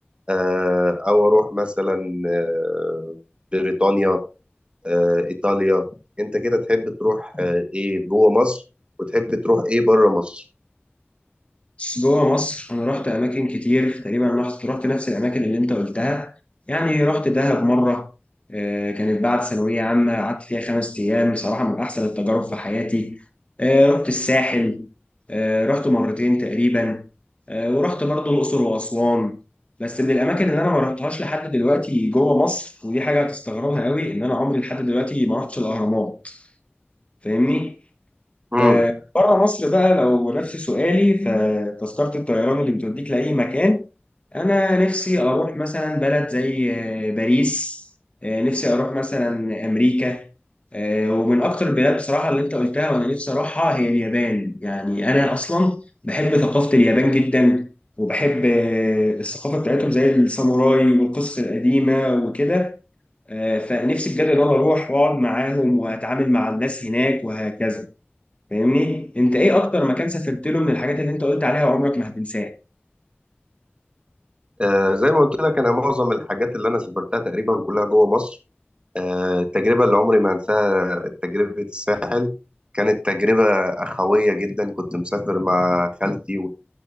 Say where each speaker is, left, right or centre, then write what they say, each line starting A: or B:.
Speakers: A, on the right; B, on the left.
A: آه، أو أروح مثلا آه، بريطانيا آه، إيطاليا أنت كده تحب تروح آه، إيه جوه مصر وتحب تروح إيه بره مصر؟
B: بس جوه مصر انا رحت اماكن كتير تقريبا رحت رحت نفس الاماكن اللي انت قلتها يعني رحت دهب مره آه، كانت بعد ثانويه عامه قعدت فيها خمس ايام صراحه من احسن التجارب في حياتي آه، رحت الساحل آه، رحت مرتين تقريبا آه، ورحت برضو الاقصر واسوان بس من الاماكن اللي انا ما رحتهاش لحد دلوقتي جوه مصر ودي حاجه هتستغربها قوي ان انا عمري لحد دلوقتي ما رحتش الاهرامات فاهمني
A: مم.
B: ب- بره مصر بقى لو نفس سؤالي فتذكرة الطيران اللي بتوديك لأي مكان أنا نفسي أروح مثلا بلد زي آه، باريس آه، نفسي أروح مثلا أمريكا آه، ومن أكتر البلاد بصراحة اللي أنت قلتها وأنا نفسي أروحها هي اليابان يعني أنا أصلا بحب ثقافة اليابان جدا وبحب آه، الثقافة بتاعتهم زي الساموراي والقصص القديمة وكده آه، فنفسي بجد إن أنا أروح وأقعد معاهم وأتعامل مع الناس هناك وهكذا فاهمني انت ايه اكتر مكان سافرت له من الحاجات اللي انت قلت عليها وعمرك ما هتنساه
A: آه، زي ما قلت لك انا معظم الحاجات اللي انا سافرتها تقريبا كلها جوه مصر آه، التجربه اللي عمري ما انساها تجربه الساحل كانت تجربه اخويه جدا كنت مسافر مع خالتي